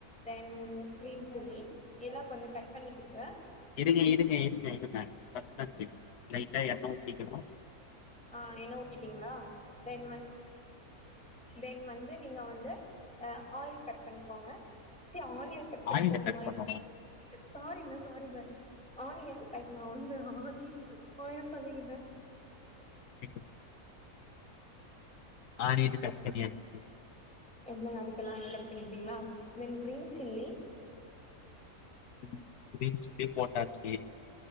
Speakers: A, in the centre; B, on the left.
A: then green chilli இதெல்லா கொஞ்ச கட் பண்ணிக்கிட்டு
B: இருங்க இருங்க இருங்க இருங்க பஸ்ட் கொஸ்டின் லைட்டா எண்ண ஊத்திக்கனு
A: ஆ என்ன ஊத்திட்டீங்களா தென் வந் தென் வந்து நீங்க வந்து அ ஆயில் கட் பண்ணிக்கோங்க இச்சி ஆனியன் கட் பண்ணிக்கோங்க
B: ஆனியன கட்
A: வாய்
B: பண்ணணும்
A: சாரிங்க சாரிங்க ஆனியன் லைக் நா வந்து ஆய் ஆயில் சொல்லிக்கிட்டே
B: <unintelligible> ஆனியனு கட் பண்ணியாச்சு
A: வெங்காயோ அதுக்கெல்லா நீங் கட் பண்ணீட்டீங்களா then green chilli
B: <inaudible> green chilli போட்டாச்சி